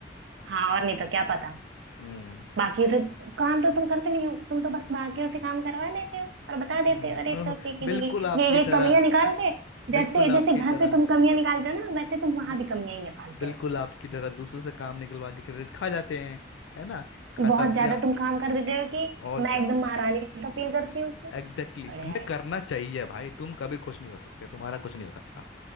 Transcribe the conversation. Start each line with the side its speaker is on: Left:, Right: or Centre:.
Right: हाँ और नहीं तो क्या पता
Left: हम्म
Right: बाकियों से काम तो तुम करते नहीं हो तुम तो बस बाकियों से काम करवा लेते हो और बता देते
Left: हम्म,
Right: हो अरे सर
Left: ओह,
Right: देखिए
Left: बिल्कुल
Right: देखिए
Left: आपकी
Right: ये ये
Left: तरह
Right: कमियां निकाल के
Left: बिल्कुल
Right: जैसे
Left: आपकी
Right: जैसे घर
Left: तरह
Right: पे तुम कमियां निकालते हो ना वैसे तुम
Left: है
Right: वहां
Left: ना
Right: भी कमियां ही निकालते
Left: बिल्कुल
Right: हो
Left: आपकी तरह दूसरों से काम निकलवा के क्रेडिट खा जाते हैं है ना खा
Right: बहुत
Left: सब्जियां
Right: ज्यादा तुम काम कर देते हो कि
Left: और
Right: मैं
Left: क्या
Right: एकदम महारानी सा फील करती हूँ कि
Left: एग्जैक्टली exactly.
Right: बढ़िया
Left: तुम्हें
Right: है
Left: करना चाहिए भाई तुम कभी खुश नहीं हो सकते तुम्हारा कुछ नहीं हो सकता